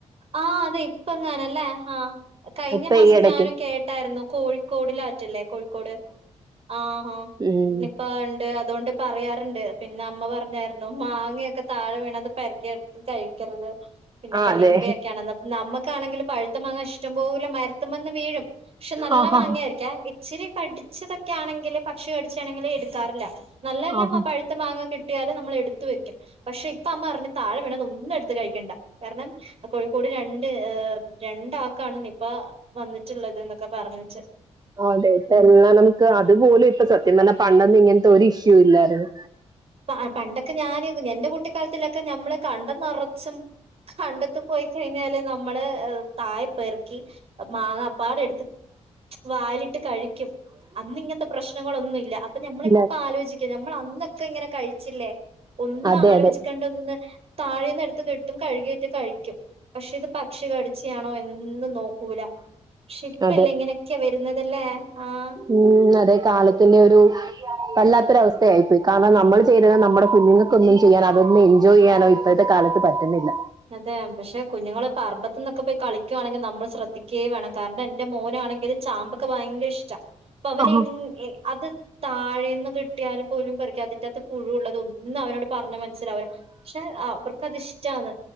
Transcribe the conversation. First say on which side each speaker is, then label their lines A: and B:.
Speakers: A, on the right; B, on the right.
A: ആഹ് അതെ ഇപ്പങ്ങാനല്ലേ ആഹ്. കഴിഞ്ഞ
B: ഇപ്പൊ
A: മാസം
B: ഈ ഇടയ്ക്കും
A: ഞാനും കേട്ടായിരുന്നു. കോഴിക്കോടിലാറ്റല്ലേ കോഴിക്കോട്? ആഹ്
B: ഉം
A: നിപ്പ ണ്ട് അതോണ്ട് പറയാറുണ്ട് പിന്നെ അമ്മ പറഞ്ഞായിരുന്നു മാങ്ങയൊക്കെ താഴെ വീണത് പെർക്കി കഴിക്കരുത് പിന്നെപ്പന്നെ
B: ആഹ് അതെ
A: നിപ്പയെക്കെയാണ് നമ്മക്കാണെങ്കിൽ പഴുത്തമാങ്ങ ഇഷ്ടം പോലെ മരത്ത്മന്ന് വീഴും. പക്ഷെ നല്ല
B: ആഹ്
A: മാങ്ങായിരിക്കേ ഇച്ചിരി കട്ച്ചതൊക്കെ ആണെങ്കില് പക്ഷി കടിച്ചാണെങ്കിലിൽ എടുക്കാറില്ല നല്ലെല്ലാം
B: ആഹ്
A: ആ പഴുത്ത മാങ്ങ കിട്ടിയാലും നമ്മള് എടുത്ത് വെക്കും പക്ഷെ ഇപ്പ അമ്മ ർഞ്ഞ് താഴെ വീണത് ഒന്നും എടുത്ത് കഴിക്കണ്ട കാരണം. കോഴിക്കോട് രണ്ട് രണ്ടാൾക്കാണ് നിപ്പാ വന്നിട്ടുള്ളത് ന്നൊക്കെ പറഞ്ഞിച്ച്.
B: അതെ തൊറന്ന നമുക്ക് അതുപോലും ഇപ്പം സത്യം പറഞ്ഞ പണ്ടൊന്നും ഇങ്ങനത്തെ ഒരു ഇഷ്യൂ ഇല്ലായിരുന്നു
A: ആ പണ്ടൊക്കെ ഞാന് എന്റെ കുട്ടിക്കാലത്തിലൊക്കെ ഞമ്മള് കണ്ടം നറച്ചും. കണ്ടത്ത് പോയി കഴിഞ്ഞാല് നമ്മള് താഴെ പെർക്കി മാങ്ങപ്പാടെ എടുത്ത് വായിലിട്ട് കഴിക്കും അന്നിങ്ങൻത്തെ പ്രശ്നങ്ങളൊന്നുല്ല അപ്പൊ ഞമ്മള്
B: ഇല്ല
A: ഇപ്പ ആലോചിക്കും. നമ്മള് അന്നൊക്കെ ഇങ്ങനെ കഴിച്ചില്ലേ ഒന്നും
B: അതെ
A: ആലോചിക്കാ
B: അതെ
A: ഒന്ന് താഴേന്ന് എടുത്ത് കിട്ടും കഴുകിയിട്ട് കഴിക്കും. പക്ഷെ ഇത് പക്ഷി കടിച്ചാണോ എന്നും നോക്കൂല. ഷിപ്പ്ല്ലേ
B: അതെ
A: ഇങ്ങനെയൊക്കെയാ വരുന്നതല്ലേ ആഹ്
B: ഉം അതെ കാലത്തന്നെ ഒരു വല്ലാത്തൊരവസ്ഥയായി പോയി കാരണം നമ്മൾ ചെയ്തിരുന്ന നമ്മുടെ കുഞ്ഞുങ്ങൾക്കൊന്നും ചെയ്യാൻ അതൊന്ന് എൻജോയ് ചെയ്യാനോ ഇപ്പോഴത്തെ കാലത്ത് പറ്റ്ന്നില്ല.
A: അതെ പക്ഷെ കുഞ്ഞുങ്ങള് പറമ്പത്ത് നിന്നൊക്കെ പോയി കളിക്കുയാണെങ്കിൽ നമ്മള് ശ്രദ്ധിക്കേ വേണം കാരണം എൻ്റെ മോനാണെങ്കില് ചാമ്പക്ക ഭയങ്കര ഇഷ്ടാ അപ്പൊ അവന്
B: ആഹാ
A: ങ്ങ് അത് താഴേന്ന് കിട്ടിയാലും പോലും പറിക്കാതിറ്റാത്ത് പുഴുള്ളത് ഒന്നും അവനോട് പറഞ്ഞാ മനസ്സിലാവുല. പക്ഷെ അവർക്കത്ഷ്ടാണ്